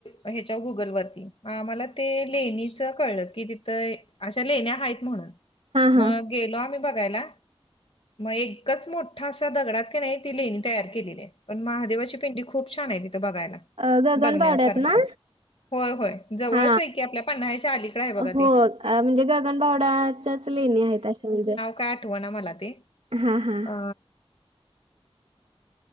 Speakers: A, on the left; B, on the right.
A: ह्याच्यावर गुगलवरती मला ते लेणीच कळलं की ति तर अशा लेण्या आहेत म्हणून
B: हा हा
A: मग गेलो आम्ही बघायला, मग एकच मोठ ठास असा दगडात की नाही ती लेहिणी तयार केलेली आहे पण महादेवाची पेंटी खूप छान आहे तिथं बघायला.
B: अ गगनबावड्यात
A: बघण्यासारखं
B: ना?
A: होय होय जवळच
B: हा
A: आहे की आपल्या पन्हाळ्याच्या अलीकडे आहे बघा
B: हो
A: ते
B: म्हणजे गगनबावडा <unintelligible> लेणे आहेत असे म्हणजे
A: का आठवा ना मला ते
B: हां हां.
A: अ
B: <inaudible>